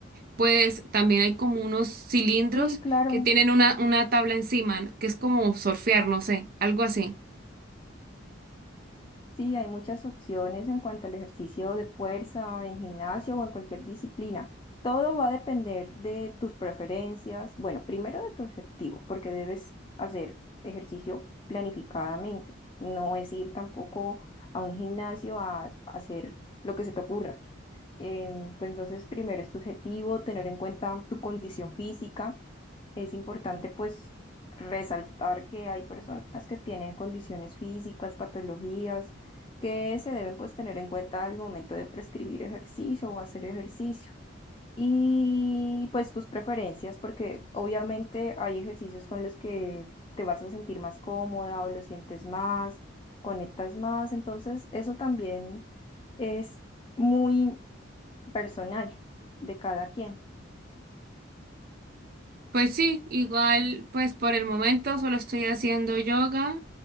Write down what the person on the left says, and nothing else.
Sí, claro.
Sí, hay muchas opciones en cuanto al ejercicio de fuerza en gimnasio o en cualquier disciplina. Todo va a depender de tus preferencias. Bueno, primero de tu objetivo, porque debes hacer ejercicio planificadamente. No es ir tampoco a un gimnasio a hacer lo que se te ocurra. Em, pues entonces, primero es tu objetivo, tener en cuenta tu condición física es importante pues resaltar que hay personas que tienen condiciones físicas, patologías, que se deben pues tener en cuenta al momento de prescribir ejercicio o hacer ejercicio. Y pues tus preferencias, porque obviamente hay ejercicios con los que te vas a sentir más cómoda o lo sientes más, conectas más, entonces eso también es muy personal de cada quien.